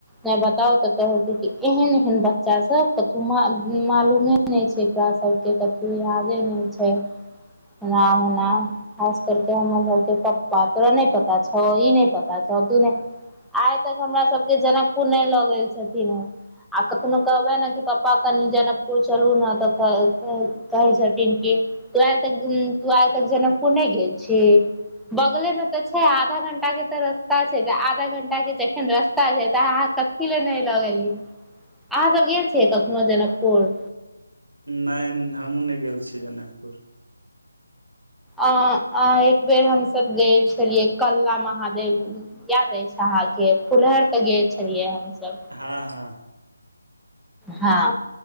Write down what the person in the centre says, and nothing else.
नय बताउ तै कहत की एहेन एहेन बच्चा सब तु मा उम्म मालूमे नै छै एकरा सबके कथु यादे नै छै एना ओना खास करके हमरा सबके पाता तोरा नय पता छौ ई नय पता छौ तू नय आइ तक हमरा सबके जनकपुर नय लऽ गेल छथिन हे आ कखनो कहबै न कि प पा कनी जनकपुर चलू ने तऽ कहै कहै कहै छथीन की तो आय तक उ तू आइ तक जनकपुर नै गेल छी बगले मे तऽ छै आधा घं टा के तऽ रस्ता छै तऽ आधा घंटा के जखन रस्ता छै तै अहाँ कथी ले नै लऽ गेलियै। अहां सब गेल छीयै कखनो जनकपुर
अ अ एक बेर हमसब गेल छलियै कलला महादेव याद अछि अहाँ के फुलहरि तऽ गेल छलियै हमसब
हँ